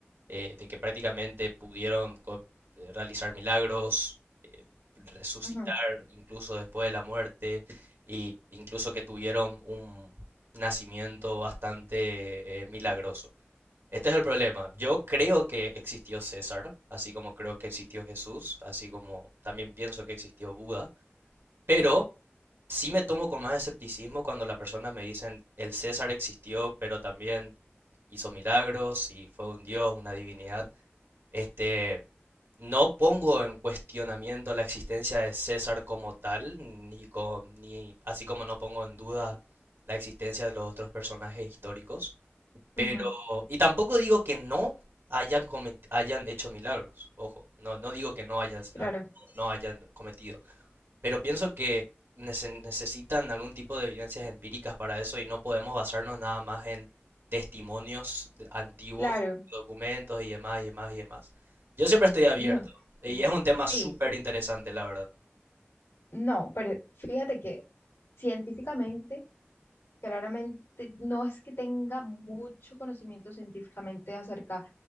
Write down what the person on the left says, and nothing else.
ujú,
ujú,
Claro,
claro.
No,
sí.
Sí,
no, pero fíjate que científicamente, claramente, no es que tenga mucho conocimiento científicamente acerca